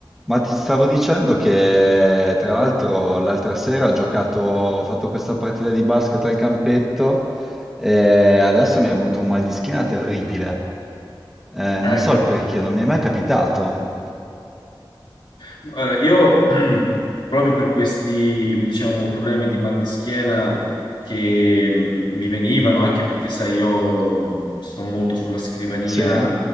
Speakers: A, in the centre; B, on the left.
A: Ma ti stavo dicendo che tra l'altro l'altra sera ho giocato, ho fatto questa partita di basket al campetto e adesso mi è venuto un mal di schiena terribile. Eh,
B: Eh,
A: non so il perché, non mi è mai capitato.
B: guarda, io <clears throat> proprio per questi, diciamo, problemi di mal di schiena che mh, mi venivano, anche perché, sai, io mh, sto molto sulla scrivania
A: Sì?